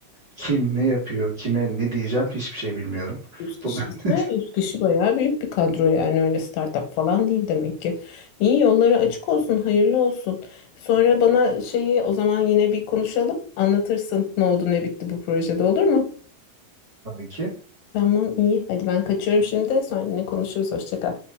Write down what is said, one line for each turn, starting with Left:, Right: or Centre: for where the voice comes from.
Right: Kim ne yapıyor, kime ne diyeceğim hiçbir şey bilmiyorum.
Left: 100 kişi
Right: Bugün
Left: ise
Right: <laughs>
Left: 100 kişi bayağı büyük bir kadro yani öyle startup falan değil demek ki. İyi yolları açık olsun, hayırlı olsun. Sonra bana şeyi o zaman yine bir konuşalım. Anlatırsın ne oldu ne bitti bu projede olur mu?
Right: tabii ki.
Left: Tamam iyi. Hadi ben kaçıyorum şimdi. Sonra yine konuşuruz. Hoşça kal.